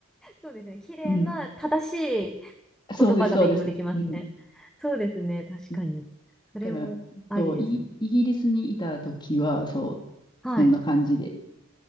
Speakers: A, in the centre; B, on the left.
A: そうですね。綺麗な、
B: うん。
A: 正しい
B: そうです、
A: 言葉が勉強できますね。
B: そうです。うん。
A: そうですね。確かに。
B: だ
A: それもありですね。
B: から、そう、イ、イギリスにいた時は、そう、
A: はい。
B: そんな感じで。